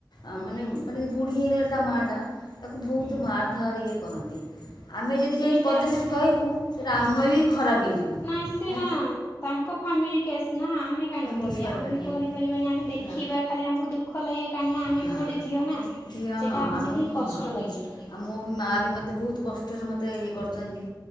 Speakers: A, on the left (about 65°); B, on the left (about 35°).
A: ଆ
B: ହୁଁ
A: ମାନେ ମାନେ ବୁଢୀ ହେଇଗଲା ତା ମାଟା ତାକୁ
B: ହୁଁ
A: ତୁ ମାର ଧର ଇଏ କରନ୍ତି। ଆମେ ଯଦି
B: ସେଇଟା
A: ଯାଇ ପଦେ ସେଠି କହିବୁ ସେଇଟା
B: ହଁ
A: ଆମେ ବି ଖରାପ ହେଇଯିବୁ।
B: ନାଇଁ ସେ
A: ହେ
B: ନା ତାଙ୍କ ଫାମିଲି କେସ୍ ନା ଆମେ କାହିଁକି କରିବା
A: କିଛି କହିପାରିବାନି
B: ଆମେ କରିପାରିବାନି ଆମେ ଦେଖିବା
A: ହେଲା
B: ଖାଲି ଆମକୁ ଦୁଃଖ ଲାଗିବା କାହିଁକି ନା
A: ହଁ।
B: ଆମେ ବି ଗୋଟେ ଝିଅ ନା
A: ଝିଅ
B: ସେଇଟା
A: ହଁ
B: ଆମକୁ
A: ଆମେ
B: ହିଁ
A: ମୁଁ
B: କଷ୍ଟ
A: ହଁ।
B: ଲାଗିବ।
A: ଆଉ ମୁଁ ବି ମା ବି ମତେ ବହୁତ କଷ୍ଟରେ ମତେ ଇଏ କରୁଚନ୍ତି।